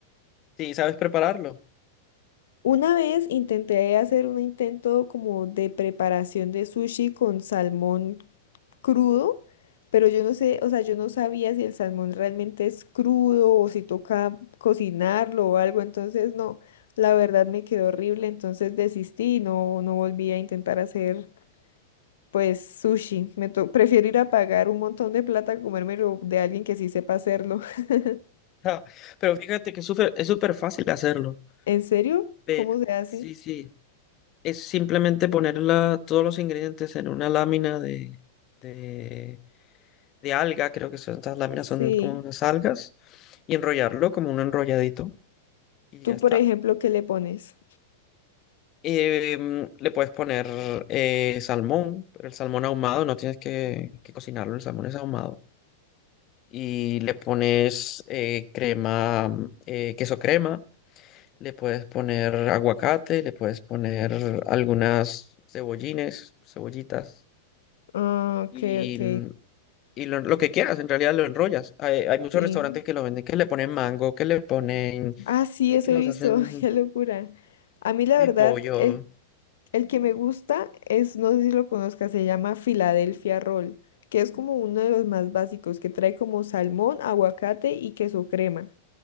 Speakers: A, on the left; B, on the left.
A: sí, sabes prepararlo.
B: Una vez intenté hacer un intento como de preparación de sushi con salmón crudo, pero yo no sé, o sea, yo no sabía si el salmón realmente es crudo o si toca cocinarlo o algo, entonces no, la verdad me quedó horrible, entonces desistí y no, no volví a intentar hacer pues sushi. Me to- prefiero ir a pagar un montón de plata a comérmelo de alguien que sí sepa hacerlo. <laughs>
A: Ja, Pero fíjate que es súper es súper fácil hacerlo.
B: ¿En serio?
A: Pero,
B: ¿Cómo se hace?
A: sí, sí, es simplemente poner la- todos los ingredientes en una lámina de, de, de alga, creo que son, estas láminas
B: Sí.
A: son como unas algas, y enrollarlo como un enrolladito, y
B: Tú,
A: ya está.
B: por ejemplo, ¿qué le pones?
A: Em, le puedes poner eh, salmón, pero el salmón ahumado, no tienes que, que cocinarlo, el salmón es ahumado. Y le pones eh, crema, mm, eh, queso crema, le puedes poner aguacate, le puedes poner algunas cebollines, cebollitas,
B: Ah, ok,
A: y,
B: ok.
A: mm, y lo, lo que quieras, en realidad lo enrollas. Hay, hay muchos
B: Sí.
A: restaurantes que lo venden, que le ponen mango, que le ponen,
B: Ah, sí,
A: eh,
B: eso
A: que
B: he
A: los
B: visto,
A: hacen
B: <laughs> qué locura. A mí la
A: de
B: verdad,
A: pollo.
B: el, el que me gusta es, no sé si lo conozcas, se llama Philadelphia Roll, que es como uno de los más básicos, que trae como salmón, aguacate y queso crema.